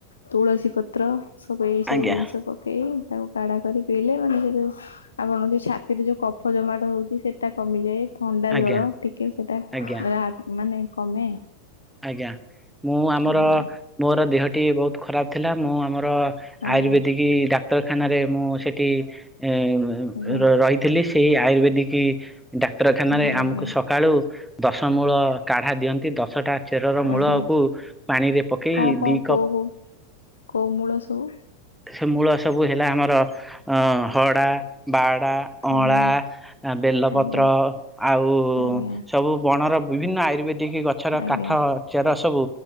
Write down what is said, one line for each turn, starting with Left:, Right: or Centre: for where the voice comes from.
Left: ତୁଳସୀ ପତ୍ର ସବୁ ଏଇ ସବୁ
Centre: ଆଜ୍ଞା
Left: ଜିନିଷ ପକେଇ ତାକୁ କାଢା କରି ପିଇଲେ ମାନେ <unintelligible> ଆପଣଙ୍କ ଯୋଉ ଛା ତିରେ ଯୋଉ କଫ ଜମାଟ ହଉଛି ସେଟା କମିଯାଏ। ଥଣ୍ଡା
Centre: ଆଜ୍ଞା
Left: ଜର ଟିକେ ସେଟା
Centre: ଆଜ୍ଞା।
Left: ରା-ମାନେ କମେ।
Centre: ଆଜ୍ଞା ମୁଁ ଆମର
Left: ଆଜ୍ଞା
Centre: ମୋର ଦେହଟି ବହୁତ ଖରାପ ଥିଲା ମୁଁ ଆମର
Left: ଆଜ୍ଞା
Centre: ଆୟୁର୍ବେଦିକ ଡାକ୍ତରଖାନାରେ ମୁଁ ସେଠି ଏ, ମୁମ୍
Left: ଆଜ୍ଞା
Centre: ର- ରହି ଥିଲି ସେଇ ଆୟୁର୍ବେଦିକି ଡାକ୍ତରଖାନାରେ
Left: ଆଜ୍ଞା
Centre: ଆମକୁ
Left: ଆଜ୍ଞା
Centre: ସକାଳୁ ଦଶ ମୂଳ କାଢ଼ା ଦିଅନ୍ତି ଦଶଟା ଚେରର ମୂଳକୁ
Left: ଆଜ୍ଞା
Centre: ପାଣିରେ ପକେଇ
Left: କଣ କଣ
Centre: ଦି କପ
Left: କୋଉ
Centre: ପାଣି
Left: କୋଉ କୋଉ ମୂଳ ସବୁ
Centre: ସେ ମୂଳ ସବୁ ହେଲା ଆମର ହଡ଼ା ବାଡ଼ା ଅଁଳା
Left: ଆଜ୍ଞା
Centre: ବେଲପତ୍ର
Left: ଆଜ୍ଞା
Centre: ଆଉ
Left: ଆଜ୍ଞା
Centre: ସବୁ ବଣର ବିଭିନ୍ନ ଆୟୁର୍ବେଦିକ ଗଛର
Left: ଆଜ୍ଞା
Centre: କାଠ ଚେର ସବୁ